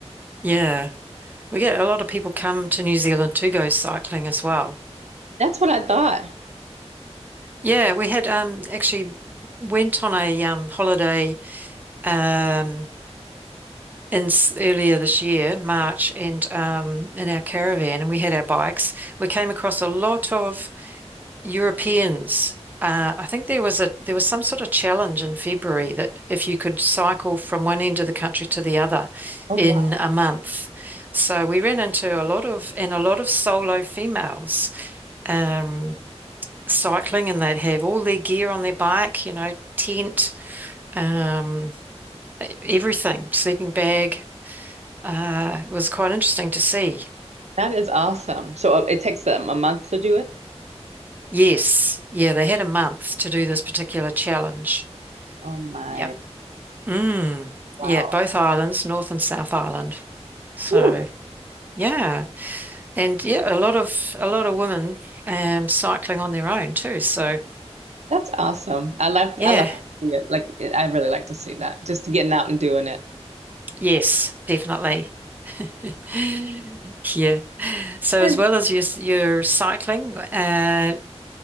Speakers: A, on the right (about 15°); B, on the right (about 80°).
A: Yeah, we get a lot of people come to New Zealand to go cycling as well.
B: That's what I thought.
A: Yeah, we had um, actually went on a um, holiday. um, in s- earlier this year, March, and um, in our caravan, and we had our bikes. We came across a lot of Europeans. Uh, I think there was a there was some sort of challenge in February that if you could cycle from one end of the country to the other
B: Oh,
A: in
B: wow.
A: a month. So we ran into a lot of and a lot of solo females um, cycling, and they'd have all their gear on their bike, you know, tent, um, everything, sleeping bag. Uh, it was quite interesting to see.
B: That is awesome. So uh, it takes them a month to do it?
A: Yes. Yeah, they had a month to do this particular challenge.
B: Oh my,
A: Yeah. Mm.
B: wow.
A: Yeah, both islands, North and South Island. So,
B: Woo,
A: yeah. And yeah, a lot of a lot of women um cycling on their own too. So,
B: that's awesome. I love
A: yeah.
B: I like to see it. Like it, I really like to see that. Just getting out and doing it.
A: Yes, definitely. <laughs> Yeah. So
B: And-
A: as well as your your cycling, uh,